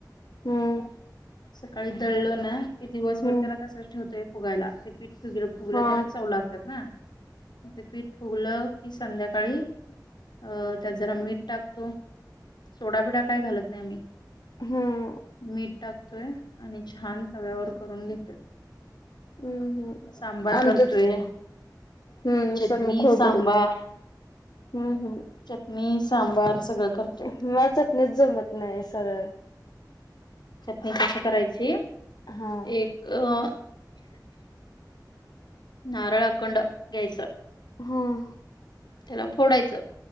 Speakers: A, on the left; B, on the left.
A: हम्म.
B: सकाळी दळल ना कि दिवसभर
A: हम्म
B: त्याला तसंच ठेवतोय फुगायला. ते पीठ फिगर फुगलं
A: हा
B: तरच चव लागतात ना. म ते पीठ फुगलं की संध्याकाळी अ त्यात जरा मीठ टाकतो, सोडा बिडा काय घालत नाही आम्ही.
A: हं.
B: मीठ टाकतोय आणि छान तव्यावर करून घेतोय.
A: अं हं,
B: सांबार
A: आमच्यात
B: करतोय
A: हं,
B: चटणी
A: स म खोबरं.
B: सांबार
A: हं हं.
B: चटणी, सांबार सगळं करतोय
A: मला चटणी नाहीच जमत नाही सरळ
B: चटणी कशी करायची?
A: हा
B: एक अ नांरळ अखंड घ्यायचं,
A: हं,
B: त्याला फोडायचं.